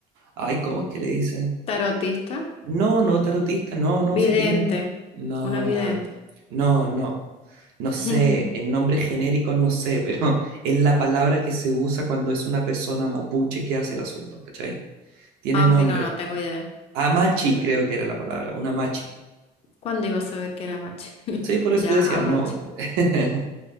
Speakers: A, on the right; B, on the left.
A: Ay, ¿cómo es que le dice?
B: Tarotista,
A: No, no, tarotista, no, no,
B: vidente,
A: si tienen. No,
B: una vidente.
A: Gaby, no, no. No sé,
B: <laughs>
A: en nombres genéricos no sé, pero <laughs> es la palabra que se usa cuando es una persona mapuche que hace el asunto, ¿cachai? Tiene
B: Aunque
A: nombre.
B: no, no tengo idea.
A: Amachi,
B: No tengo idea.
A: creo que era la palabra, una machi.
B: ¿Cuándo iba a saber que era mache? <laughs>
A: Sí, por eso
B: Ya,
A: te decía,
B: a
A: no.
B: mache.
A: <laughs>